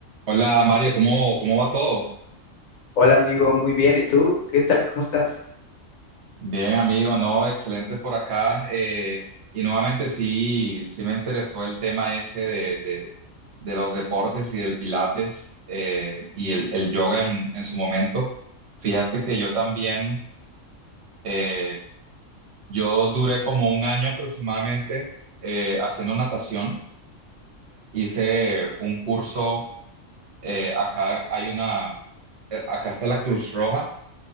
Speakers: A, on the right (about 60°); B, on the left (about 85°).
A: Hola Mario, ¿cómo, cómo va todo?
B: Hola amigo, muy bien. ¿Y tú? ¿Qué tal? ¿Cómo estás?
A: Bien, amigo, no, excelente por acá. eh, y nuevamente sí, sí me interesó el tema ese de, de- de los deportes y del pilates eh, y el, el yoga en, en su momento. Fíjate que yo también, eh, yo duré como un año aproximadamente eh, haciendo natación. Hice un curso, eh, acá hay una, eh, acá está la Cruz Roja